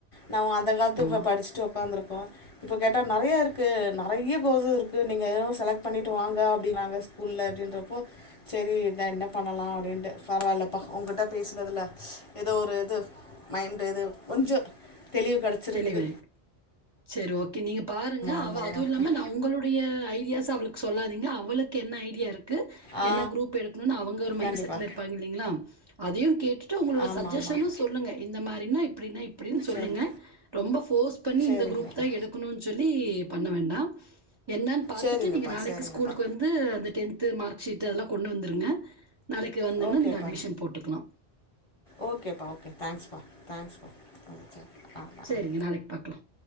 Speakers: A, on the left; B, on the right.
A: நாம்ம அந்த காலத்து
B: ஆமா.
A: இப்போ படிச்சுட்டு உக்காந்துருக்கோ இப்போ கேட்டா நெறையா இருக்கு நெறைய கோர்ஸ்சூ இருக்கு நீங்க எதனா செலக்ட் பண்ணிட்டு வாங்க அப்டிங்றாங்க புல்ல அப்டின்றப்போ சரி தா என்ன பண்ணலா அப்டின்ட்டு பரவால்லப்ப உங்கிட்ட பேசுனதுல எதோ ஒரு இது மைண்ட் இது கொஞ்சொ தெளிவு கெடச் சுருக்குது
B: தெளிவாய் சரி ஓகே நீங்க பாருங்க
A: ஆமாம்
B: அவ அதுவு
A: ஆமாம்
B: இல்லாம நா உங்களுடைய ஐடியாஸ்ஸ அவளுக் சொல்லாதீங்க அவுளுக்கு என்ன ஐடியா இருக்கு
A: ஆ
B: என்ன குரூப் எடுக்கணுனு அவங்க ஒரு மைண்ட்
A: கண்டிப்பாக
B: செட்ல இருப்பாங் கில்லைங்ளா அதையு கேட்டுட்டு உங்களோட
A: ஆமாம்
B: சஜஷன்னு
A: ஆமாம்
B: சொ சொல்லுங்க இந்த மாரின்னா இப்டின்னா இப்டின்னு சொல்லுங்க
A: சரி
B: ரொம்ப ஃபோர்ஸ் பண்ணி
A: சரிங்கப்பா
B: இந்த குரூப்தா எடுக் குனுன் சொல்லி பண்ண வேண்டா என்னன் பாத்துட்டு
A: சரிங்கப்பா
B: நீங்க நாளைக்கு
A: சரிங்கப்பா
B: ஸ்கூலுக்கு வந் து அந்த டென்த்து மார்க்ஷீட் அதெல்லா கொண்டு வந்துருங்க நாளைக்கு வந்துன்னா
A: ஓகேப்பா
B: நீங்க அட்மிஷன் போட்டுக்கலா
A: ஓகேப்பா ஓகே தேங்க்ஸ்ப்பா தேங்க்ஸ்ப்பா தேங் தேங் ஆ ஆ
B: கேங்க நாளைக் பாக்கலா